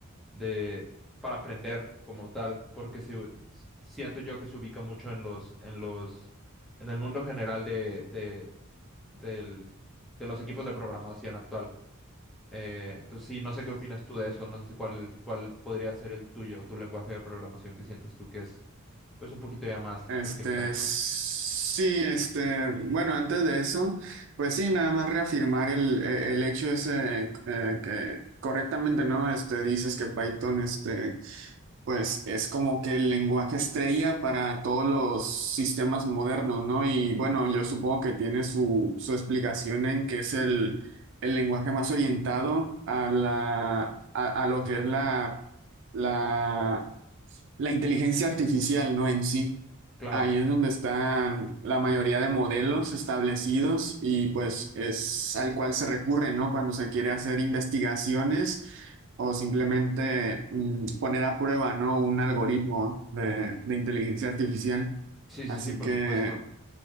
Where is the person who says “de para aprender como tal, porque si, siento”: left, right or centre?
Centre